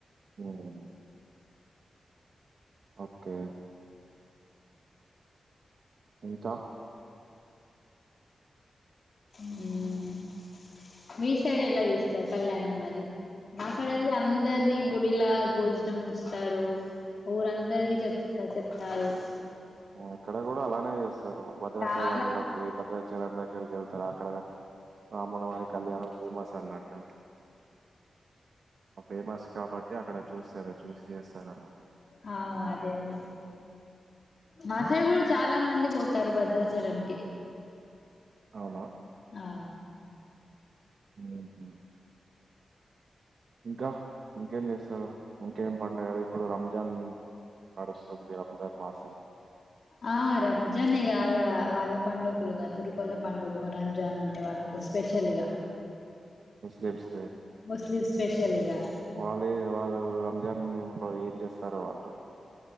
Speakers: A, on the right; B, on the left.
A: మ్మ్ ఓకే ఇంక
B: మ్మ్. మీ సైడ్ ఎలా చేస్తారు కళ్యాణం మరి మా సైడ్ అందరినీ గుడిలా భోజనం ఉంచ చెప్తారు ఊరందరికి చెప్ చెప్ తరు
A: ఇక్కడ కూడా అలానే చేస్తారు భద్రాచలంలోకి
B: చాలా
A: భద్రాచలం దగ్గరికి వెళ్ <unintelligible> అక్కడ రాముల వారి కళ్యాణం ఫేమస్ అన్నట్టు ఫేమస్ కాబట్టి అక్కడ చూస్తారు చూసి చేస్తార అన్నట్టు
B: ఆ అదే అదే మా
A: హ్మ్.
B: సైడ్ కూడా చాలా మంది పోతారు భద్రాచలంకి
A: అవునా?
B: ఆ
A: హ ఇంకా ఇంకేం చేస్తారు ఇంకేం పడుగలు ఇప్పుడు రంజ జన్ నడుస్తుంది అంద మాసం
B: ఆ రంజాన్ ఇగ అలా వాళ్ళ పండుగలుగా <unintelligible> పండుగ రంజాన్ అంటే వాళ్ళకు స్పెషల్గా
A: ముస్లిమ్స్
B: ముస్లింస్ స్పెషల్ ఇగా
A: వాళ్ళే వాళ్ళు రంజాన్ లో ఏం చేస్తారో వాళ్ళు